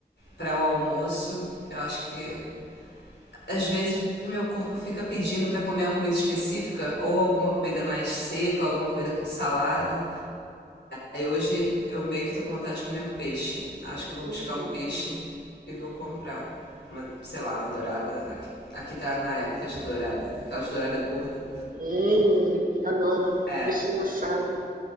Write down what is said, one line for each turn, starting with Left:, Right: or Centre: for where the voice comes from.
Left: para o almoço, eu acho que às vezes meu corpo fica pedindo para comer uma comida específica, ou alguma comida mais seca, ou alguma comida com salada. Aí hoje eu meio que tô com vontade de comer um peixe. Acho que eu vou
Right: Uhum.
Left: buscar um peixe e vou comprar. Uma, sei lá, uma dourada. Aqui, aqui tá na época de dourada. Aquelas douradas gordas.
Right: Hum, adoro.
Left: É.
Right: Peixinho assado.